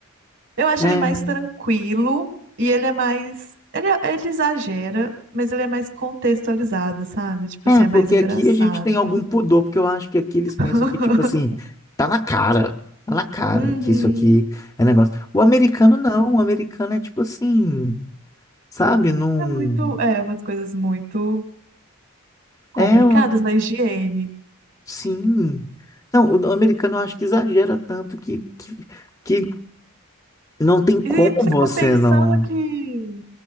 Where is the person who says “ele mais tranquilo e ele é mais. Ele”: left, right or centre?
Right